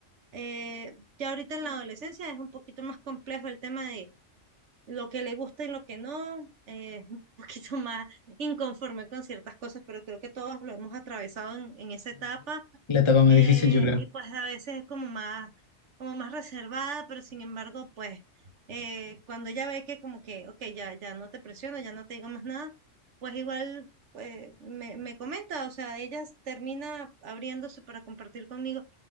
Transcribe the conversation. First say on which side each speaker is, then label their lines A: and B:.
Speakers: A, on the right; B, on the left.
A: Eh, ya ahorita en la adolescencia es un poquito más complejo el tema de lo que le gusta y lo que no, eh, es un <laughs> poquito más inconforme con ciertas cosas, pero creo que todos lo hemos atravesado en, en esa etapa
B: La-
A: eh,
B: yo creo.
A: y pues a veces es como más, como más reservada, pero sin embargo, pues eh, cuando ella ve que como que, ok, ya, ya no te presiono, ya no te digo más nada, pues igual eh, me, me comenta, o sea, ella termina abriéndose para compartir conmigo